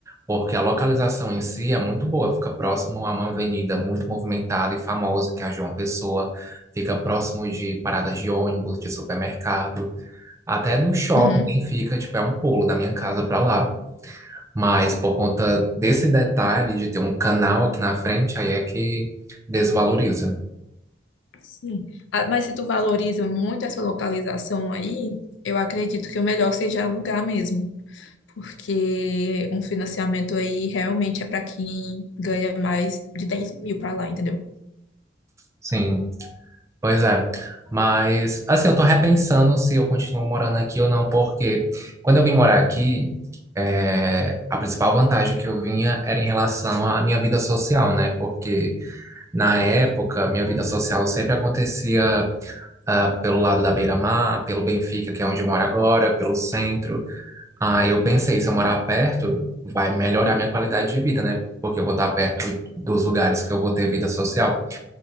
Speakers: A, on the right; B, on the left.
A: porque a localização em si é muito boa, fica próximo a uma avenida muito movimentada e famosa, que é a João Pessoa, fica próximo de paradas de ônibus, de supermercado, até no shopping
B: Uhum.
A: fica, tipo, é um pulo da minha casa para lá. Mas por conta desse detalhe de ter um canal aqui na frente, aí é que desvaloriza.
B: Sim. Ah, Mas se tu valoriza muito essa localização aí, eu acredito que o melhor seja alugar mesmo, porque um financiamento aí realmente é para quem ganha mais de dez mil para lá, entendeu?
A: Sim, pois é. Mas, assim, eu tô repensando se eu continuo morando aqui ou não, porque quando eu vim morar aqui, é, a principal vantagem que eu vinha era em relação à minha vida social, né? Porque na época, minha vida social sempre acontecia, ah, pelo lado da Beira-Mar, pelo Benfica, que é onde eu moro agora, pelo centro. Aí eu pensei, se eu morar perto, vai melhorar minha qualidade de vida, né? Porque eu vou estar perto dos lugares que eu vou ter vida social.